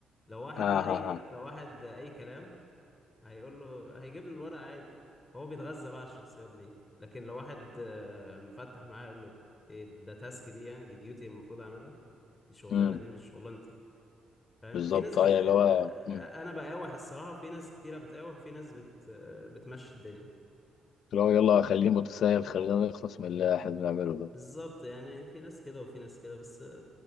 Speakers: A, on the left; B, on the left.
A: لو واحد
B: اه
A: بقى اي
B: اه اه
A: لو واحد اي كلام هيقول له هيجيب له الورقة عادي هو بيتغذى بقى على الشخصيات دي لكن لو واحد آه، مفتح معاه يقول له ايه ده تاسك دي يعني دي ديوتي المفروض اعملها دي شغلانة
B: مم.
A: دي مش شغلانة فاهم
B: بالظبط
A: في ناس بت...
B: اه يعني
A: آه،
B: اللي
A: آه،
B: هو مم.
A: آه، انا بقاوح الصراحه وفي ناس كتيره بتقاوح وفي ناس بت... آه، بتمشي الدنيا
B: اللي هو يلا خليه متساهل خلينا نخلص من اللي احنا بنعمله ده
A: بالظبط يعني في ناس كده وفي ناس كده بس